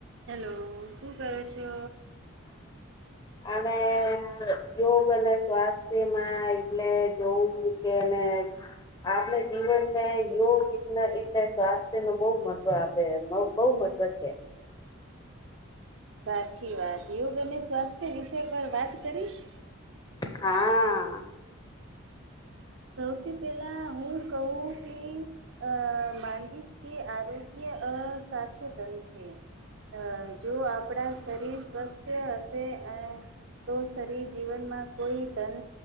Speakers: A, on the right; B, on the left.
A: Hello શું કરો છો.
B: અને યોગ અને સ્વાસ્થ્યમાં એટલે જોવું કે એન હે. આપણે જીવનને યોગ એટલે એટલે સ્વાસ્થ્ય ને બહુ મહત્વ આપે મ બહુ. ત્વ‌ છે.
A: સાચી વાત યોગ અને સ્વાસ્થ્ય વિષય પર વાત કરીશ.
B: હા.
A: સૌથી પહેલા હું કહું કે અ માંગીશ કે આરોગ્ય. અ સાચો ધન છે. અ જો આપણા શરીર સ્વસ્થ હશે અ તો શરીર જીવનમાં કોઈ ધન